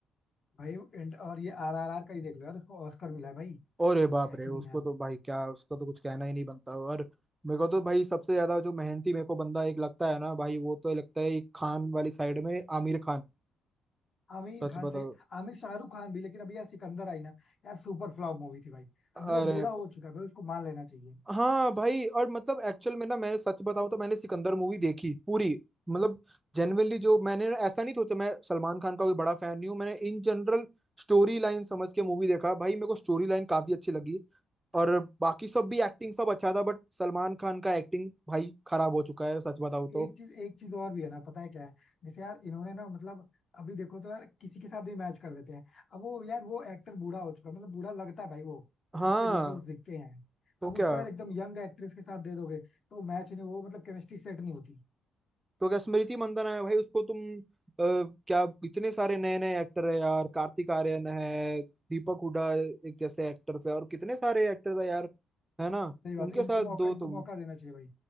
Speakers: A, on the left; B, on the right.
A: भाई एंड और ये आर आर आर का ही देख लो यार उसको ऑस्कर मिला है भाई
B: अरे बाप
A: है
B: रे
A: कि
B: उसको
A: नहीं यार
B: तो भाई क्या उसको तो कुछ कहना ही नहीं बनता और मेरे को तो भाई सबसे ज्यादा जो मेहनती मेरे को बंदा एक लगता है ना भाई वो तो लगता है एक खान वाली साइड में आमिर खान
A: आमिर
B: सच
A: खान
B: बताओ
A: से आमिर शाहरुख खान भी लेकिन अभी यार सिकंदर आई ना यार सुपर फ्लॉप मूवी थी भाई
B: अरे
A: अभी वो बूढ़ा हो चुका है भाई उसको मान लेना चाहिए
B: हाँ भाई और मतलब एक्चुअल में ना मैंने सच बताऊं तो मैंने सिकंदर मूवी देखी पूरी मतलब जेनुअनली जो मैंने ना ऐसा नहीं सोचा मैं सलमान खान का कोई बड़ा फैन नहीं हूँ मैंने इन जनरल स्टोरी लाइन समझ के मूवी देखा भाई मेरे को स्टोरी लाइन काफी अच्छी लगी और बाकी सब भी एक्टिंग सब अच्छा था बट सलमान खान का एक्टिंग भाई खराब हो चुका है सच बताऊं तो
A: एक चीज एक चीज और भी है ना पता है क्या है जैसे यार इन्होंने ना मतलब अभी देखो तो यार किसी के साथ भी मैच कर देते हैं अब वो यार वो एक्टर बूढ़ा हो चुका है मतलब बूढ़ा लगता है भाई वो
B: हाँ
A: उसके रिंकल्स दिखते हैं
B: तो
A: अब उसको
B: क्या
A: यार एकदम यंग एक्ट्रेस के साथ दे दोगे तो मैच नहीं वो मतलब केमिस्ट्री सेट नहीं होती
B: तो क्या स्मृति मंदाना है भाई उसको तुम अ, क्या इतने सारे नए नए एक्टर है यार कार्तिक आर्यन है दीपक हुडा एक जैसे एक्टर्स है और कितने सारे एक्टर्स है यार है ना
A: सही बात
B: उनके
A: है इनको
B: साथ
A: मौका
B: दो
A: इनको
B: तुम
A: मौका देना चाहिए भाई